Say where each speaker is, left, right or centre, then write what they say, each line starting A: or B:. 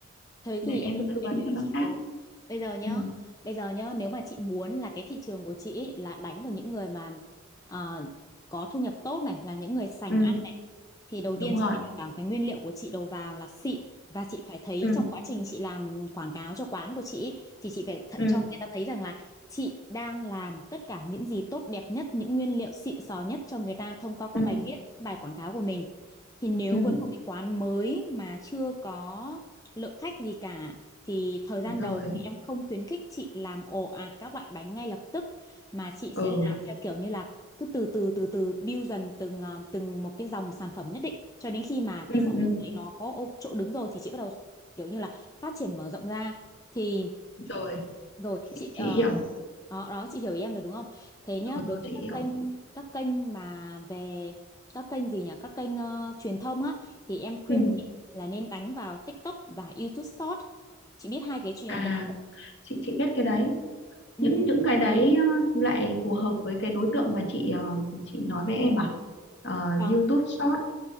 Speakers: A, on the left; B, on the left.
A: Thế
B: để
A: thì
B: em
A: em hiểu,
B: tư
A: em
B: vấn
A: hiểu
B: cho
A: ý
B: nó
A: chị
B: sát
A: rồi. Bây giờ nhá,
B: ừ
A: bây giờ nhá, nếu mà chị muốn là cái thị trường của chị ý là đánh vào những người mà ờ, có thu nhập tốt này, là những người sành
B: ừ
A: ăn thì đầu
B: đúng
A: tiên
B: rồi
A: chị phải đảm bảo cái nguyên liệu của chị đầu vào là xịn và chị phải thấy
B: ừ
A: trong quá trình chị làm quảng cáo cho quán của chị ý, thì chị phải th-
B: ừ
A: cho người ta thấy rằng là chị đang làm tất cả những gì tốt đẹp nhất những nguyên liệu xịn sò nhất cho người ta thông qua
B: ừ
A: các bài viết các bài quảng cáo của mình thì nếu
B: ừ
A: với một cái quán mới mà chưa có lượng khách gì cả thì thời gian
B: rồi
A: đầu thì em không khuyến khích chị làm ồ ạt các loại bánh ngay lập tức mà chị sẽ
B: ừ
A: làm theo kiểu như là cứ từ từ từ từ build dần từng ờ, từng một cái dòng sản phẩm nhất định cho đến khi mà
B: ừ
A: cái sản
B: ừ
A: phẩm đấy nó có ô- chỗ đứng rồi thì chị bắt đầu kiểu như là phát triển mở rộng ra thì
B: rồi
A: rồi chị
B: chị
A: ờ,
B: hiểu
A: đó, đó chị hiểu ý em rồi đúng không? Thế
B: rồi
A: nhá, đối
B: rồi chị
A: với các
B: hiểu
A: kênh các kênh mà về các kênh gì nhỉ? Các kênh ờ, truyền thông á thì em khuyên
B: ừ
A: chị là nên đánh vào TikTok và YouTube Short. Chị biết hai cái chuyện
B: à
A: cái...
B: chị chị biết cái đấy
A: Ừ,
B: những
A: ừ,
B: những cái đấy ờ, lại phù hợp với cái đối tượng mà chị ờ, chị nói với em à Ờ,
A: vâng.
B: YouTube Short